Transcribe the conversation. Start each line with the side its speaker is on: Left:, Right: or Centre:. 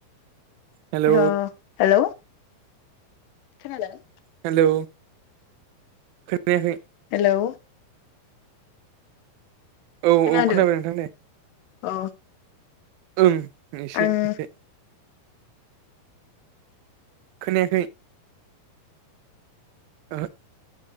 Right: हेलौ
Left: औ हेल' खोनादों
Right: हेल' खोनायाखै
Left: हेल'
Right: औ औ
Left: खोनादों
Right: खोनाबाय नोंथां दे
Left: औ
Right: ओं एसे
Left: आं
Right: एसे खोनायाखै <inaudible>